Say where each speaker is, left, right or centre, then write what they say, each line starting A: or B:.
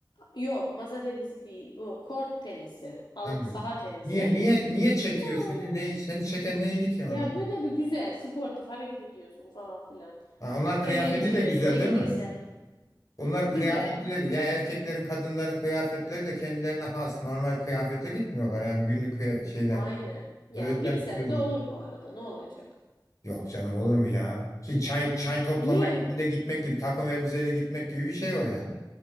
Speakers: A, on the left (about 75°); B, on the left (about 45°).
A: yok masa tenisi değil bu kort tenisi al,
B: Aynen.
A: saha tenisi
B: Niye niye niye çekiyor
A: aman
B: seni? Ne seni çeken neydi ki orada?
A: ya böyle bir güzel sportif hareket ediyorsun falan filan
B: Ha, onlar
A: eğlenceli
B: kıyafeti de güzel
A: dengesel
B: değil mi? Onlar kıyafetleri
A: güzel
B: ya erkeklerin kadınların kıyafetleri de kendilerine has normal kıyafetle gitmiyorlar yani günlük kıya- şeyle.
A: aynen ya
B: Özel,
A: gitsen
B: özel.
A: de olur bu arada ne olacak
B: Yok canım olur mu ya? Şimdi çay çay toplamaya
A: niye
B: bir de gitmek gibi takım elbiseyle gitmek gibi bir şey o yani.